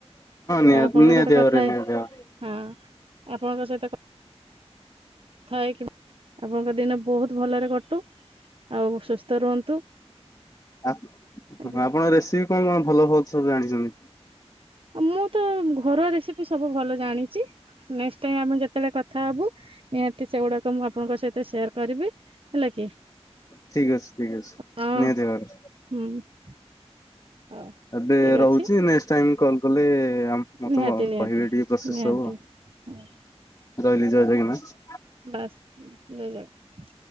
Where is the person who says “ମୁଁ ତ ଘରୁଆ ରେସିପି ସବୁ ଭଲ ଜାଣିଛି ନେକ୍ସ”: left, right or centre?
Right